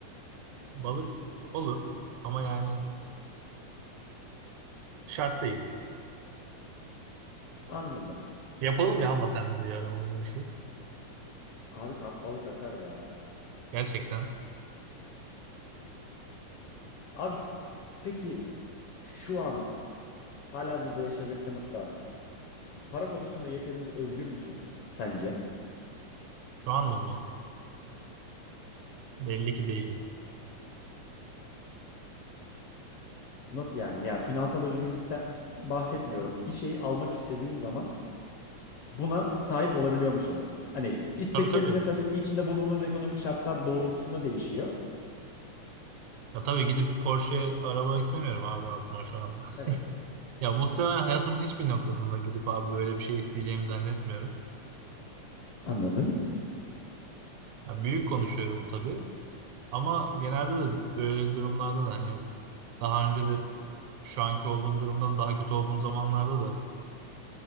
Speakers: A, on the right; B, on the left.
A: Balık olur ama yani şart değil.
B: Anladım.
A: Yapalım ya ama sen de bir ara onu işi.
B: Abi kamp balık akar ya.
A: Gerçekten.
B: Abi peki şu an halihazırda yaşadığın hatta para konusunda yeterince özgür müsün sence?
A: Şu anda mı? Belli ki değilim.
B: Nasıl yani? Ya finansal özgürlükten bahsetmiyorum. Bir şey almak istediğin zaman buna sahip olabiliyor musun? Hani isteklerinde
A: Tabii tabii.
B: tabii ki içinde bulunduğun ekonomik şartlar doğrultusunda değişiyor.
A: Ya tabii gidip Porsche araba istemiyorum abi altıma şu anda. <laughs>
B: Evet.
A: Ya muhtemelen hayatımın hiçbir noktasında gidip abi böyle bir şey isteyeceğimi zannetmiyorum.
B: Anladım.
A: Ya büyük konuşuyorum tabii. Ama genelde de böyle durumlarda da hani daha önce de şu anki olduğum durumdan daha kötü olduğum zamanlarda da